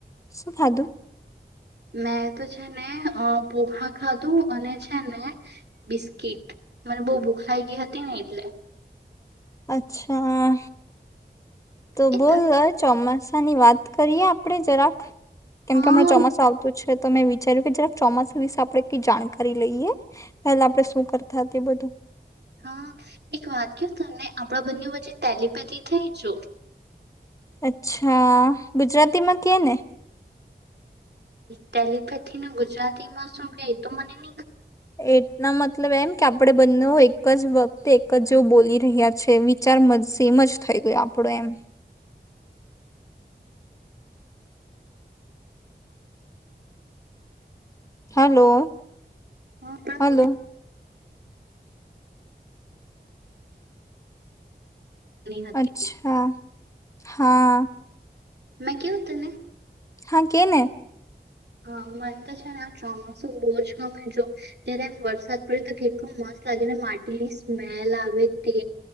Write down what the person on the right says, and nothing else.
મેં તો છે ને પોખા ખાધું અને છે ને બિસ્કીિટ મને બહુ ભૂખ લાગ ગઈ હતી ને એટલે
એ
તને
હા
હા એક વાત ક તમને આપણા બંને વચ્ચે ટેલીપેથી થઈ જો
તેલીપેથી ન ગુજરાતી માં શું કે તો મને ન
હા પણ
ની હતી
મે કે ઉ તને
હા મને તો છે ને આ ચોમાસું બહુ જ ગમે જો જય્યારે એમ વરસાદ પડે તો કેટલોું મસ્ત લાગે ને માટીની સ્મેલ આવે તે